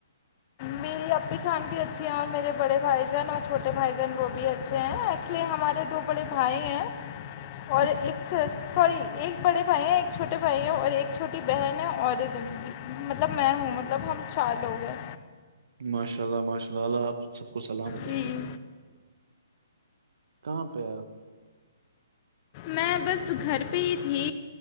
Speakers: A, on the right; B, on the left.
A: <inaudible>
B: میری اپی چان بھی اچھی ہے اور میری امی جان بھی اچھی ہے اور میرے بڑے بھائی جان چھوٹے بھائی جان وہ بھی اچھے ہیں اس لیے ہمارے دو بڑے بھائی ہیں
A: <inaudible>
B: اور ایک اچھا سوری ایک بڑے بھائی ہیں ایک چھوٹے بھائی ہیں اور ایک چھوٹی بہن ہے اور مطلب میں ہوں مطلب ہم چار لوگ ہیں
A: ماشاء اللہ ماشا اللہ آپ سب کو سلامت
B: جی
A: رکھے کہاں پے ہے آپ
B: میں بس گھر پے ہی تھی